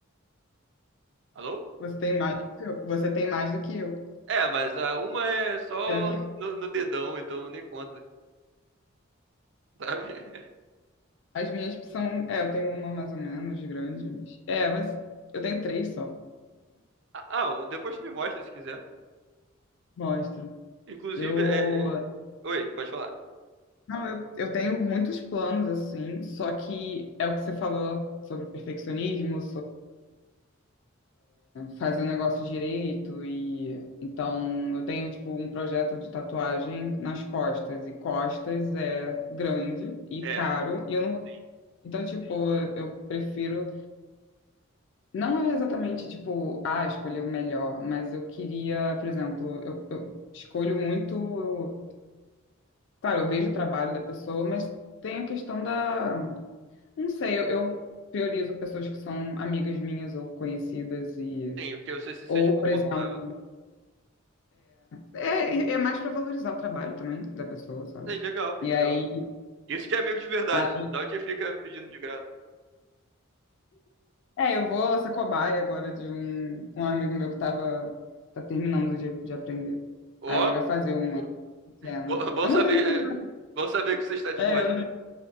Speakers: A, on the right; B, on the left.
A: Alô?
B: você tem mais do que eu. Você tem mais do que eu.
A: É, mas a uma é só
B: É.
A: no, no dedão, então nem conta, sabe? <laughs>
B: As minhas são, é, eu tenho uma mais ou menos de grande, mas, é, mas eu tenho três só.
A: Ah, ah, depois tu me mostra se quiser.
B: Mostro.
A: Inclusive,
B: Eu,
A: é. Oi, pode falar.
B: não, eu, eu tenho muitos planos assim, só que é o que você falou sobre perfeccionismo, fazer o negócio direito e então eu tenho tipo um projeto de tatuagem nas costas e costas é grande e
A: É,
B: caro e eu não vou...
A: sim,
B: então tipo eu prefiro não é exatamente tipo ah escolher o melhor mas eu queria por exemplo eu, eu escolho muito claro eu vejo o trabalho da pessoa mas tem a questão da não sei eu, eu priorizo pessoas que são amigas minhas ou conhecidas e
A: sim, porque você se sente
B: ou
A: confortável.
B: por exemplo É, e é mais para valorizar o trabalho também da pessoa, sabe?
A: É, legal,
B: E
A: legal.
B: aí,
A: Isso que é amigo de verdade,
B: aí-
A: não que fica pedindo de graça.
B: é, eu vou ser cobaia agora de um, um amigo meu que tava, tá terminando de, de aprender.
A: Ó,
B: Aí ele vai fazer uma pequena.
A: bo- bom
B: Eu
A: saber,
B: não tenho problema.
A: bom saber que você está disposto.
B: É, eu,